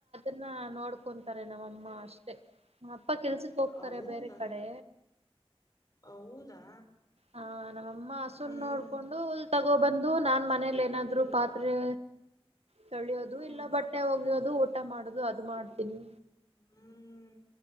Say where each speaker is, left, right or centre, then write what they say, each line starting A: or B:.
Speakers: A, on the right (about 85°); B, on the left (about 40°).
A: ನ್ನ ನೋಡ್ಕೊಂತಾರೆ ನಮ್ಮಮ್ಮ ಅಷ್ಟೇ ನಮ್ಮ ಅಪ್ಪ ಕೆಲ್ಸಕ್ ಹೋಗ್ತಾರೆ
B: ಹೌದಾ
A: ಬೇರೆ ಕಡೆ
B: ಹೌದಾ
A: ಹಾ ನಮ್ಮಮ್ಮ ಹಸುನ್
B: ಹ್ಮ್
A: ನೋಡ್ಕೊಂಡು ಹುಲತಗೋಬಂದು ನಾನ್ ಮನೇಲಿ ಏನಾದ್ರು ಪಾತ್ರೆ ತೋಳಿಯೋದು
B: ಹ್ಮ್
A: ಇಲ್ಲ ಬಟ್ಟೆ ಒಗೆಯೋದು ಊಟ ಮಾಡೋದು ಅದು ಮಾಡ್ತೀನಿ
B: ಹ್ಮ್